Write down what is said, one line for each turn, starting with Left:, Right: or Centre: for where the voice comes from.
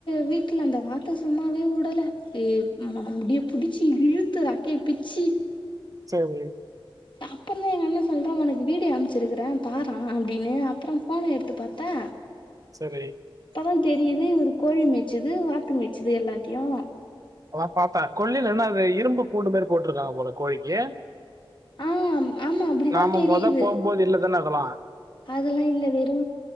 Left: வீட்ல அந்த வாட்டை சும்மாவே விடல ஏ மு முடிய பிடிச்சு இழுத்து றக்கைய பிச்சு
Right: <unintelligible>
Left: அப்பறந்தா எங்க அண்ண சொல்ற உனக்கு வீடியோ அமுச்சுருக்கறே பாற அப்படின்னு அப்பற ஃபோன எடுத்து பாத்தா
Right: சரி
Left: அப்பதா தெரியுது இவரு கோழி மேய்சது வாத்து மேய்ச்சுது எல்லாத்தையு
Right: அதா பாத்தா கொல்லில என்ன அது இரும்பு பூண்டு மாரி போட்டிருக்காங்க போல கோழிக்கு
Left: ஆ ஆமா அப்டிதா
Right: நாம
Left: தெரியுது
Right: மொத போகும்போது இல்லதான இதல்லா
Left: அதெல்லா இல்ல வெறு